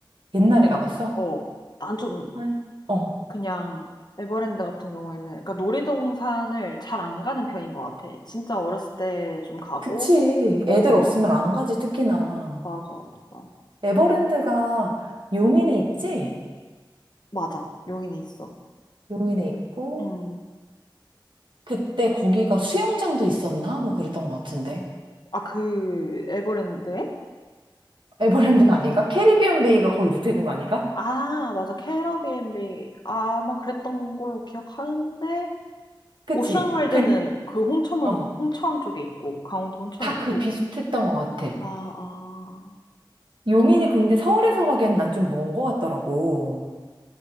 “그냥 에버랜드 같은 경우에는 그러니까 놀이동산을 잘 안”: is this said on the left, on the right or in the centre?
Left